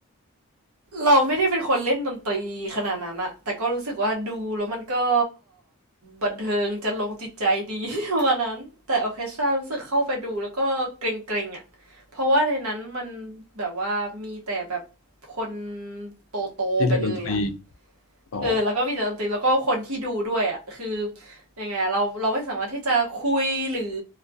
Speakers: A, on the right; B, on the left.
A: เราไม่ได้เป็นคนเล่นดนตรีขนาดนั้นอะแต่ก็รู้สึกว่าดูแล้วมันก็บันเทิงจะลงจิตใจดี <laughs> ประมาณนั้นแต่ออร์เคสตรารู้สึกเข้าไปดูแล้วก็เกรงๆอะเพราะว่าในนั้นมันแบบว่ามีแต่แบบคนโตๆไปเลยอะ
B: ที่เรียนดนตรีอ๋อ
A: เออแล้วก็มีแต่ดนตรีแล้วก็คนที่ดูด้วยอ่ะคือยังไงเราเราไม่สามารถที่จะคุยหรือ